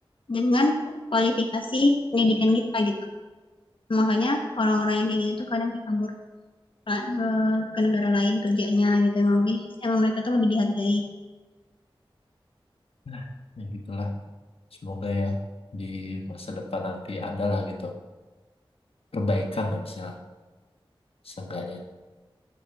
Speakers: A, on the left; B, on the left.
A: dengan kualifikasi pendidikan kita gitu. Makanya orang-orang yang kayak gitu tuh kadang kayak kabur ke, ke negara lain kerjanya gitu. Emang, lebih, emang mereka tuh lebih dihargai.
B: Nah, ya gitulah semoga ya di masa depan nanti ada lah gitu perbaikan lah misalnya seenggaknya